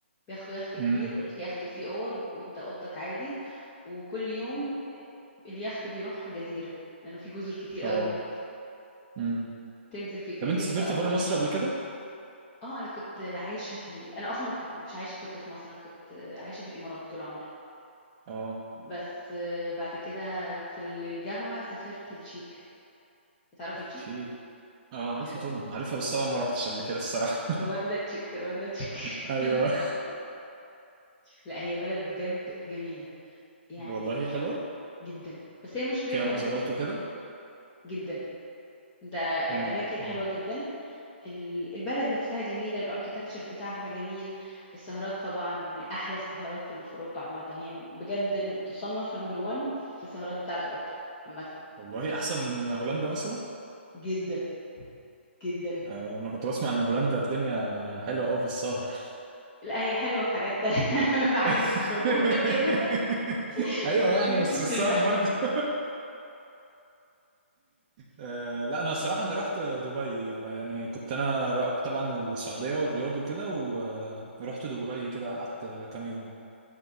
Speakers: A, on the left; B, on the right.
A: بياخدوا يخت كبير
B: امم
A: واليخت فيه اوض وك- وانت اوضتك عادي وكل يوم اليخت بيروح جزيرة لانه في جزر كتير
B: اه
A: قوي هناك
B: امم
A: تنزل في الجزيرة
B: طب انت سافرتي
A: بقى
B: بره
A: وبيشوا
B: مصر قبل كده
A: اه انا كنت عايشه في ال... انا اصلا كنت مش عايشه كنت في مصر انا كنت عايشه في الامارات طول عمري
B: اه
A: بس آه، بعد كده في الجامعه سافرت التشيك بتعرف التشيك
B: شيك اه عارفها
A: عارف
B: طبعا عارفها بس طبعا ما روحتش قبل كده الصراحة
A: رواندا تشيك رواندا تشيك
B: <laughs> ايوه
A: <laughs> لا هي بلد بجد جميله يعني
B: <laughs> والله حلوة
A: جدا بس هي مشكلتها
B: فيها مزارات
A: الناس
B: وكده
A: جدا ده
B: مم.
A: الاماكن
B: مم.
A: حلوه جدا ال- البلد نفسها جميلة الاركيتكتشر بتاعها جميل السهرات طبعا من أحلى السهرات اللي في أوروبا عامة هي بجد تصنف نمبر ون في السهرات بتاعت أوروبا عامة
B: والله احسن من هولندا مثلا
A: جدا جدا
B: آه، انا كنت بسمع ان هولندا الدنيا حلوة قوي في السهر
A: لا هي حلوة في حاجات <laughs> في حاجات
B: <laughs>
A: بيشربوها كده <laughs>
B: ايوه
A: بتمشي
B: يعني بس
A: تشمها
B: السهر برضه <laughs> آه، لا انا الصراحه انا رحت دبي آه، يعني كنت انا ر- طبعا السعوديه والرياض وكده ورحت دبي كده قعدت كام يوم